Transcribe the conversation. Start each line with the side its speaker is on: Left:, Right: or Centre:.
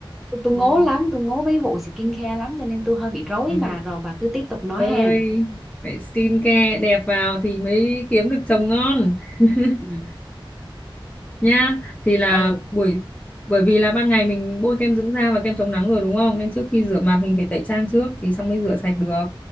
Centre: tôi, tôi ngố
Left: ừ.
Centre: lắm tôi ngố mấy vụ skin care lắm cho nên tôi hơi bị rối
Left: Rồi.
Centre: mà rồi bà cứ tiếp tục nói
Left: ơi
Centre: ha
Left: phải skin care đẹp vào thì mới kiếm được chồng ngon <laughs>
Centre: ừ.
Left: nhá thì là
Centre: ừ
Left: buổi bởi vì là ban ngày mình bôi kem dưỡng da và kem chống nắng rồi đúng không nên trước khi rửa mặt mình phải tẩy trang trước thì xong mới rửa sạch được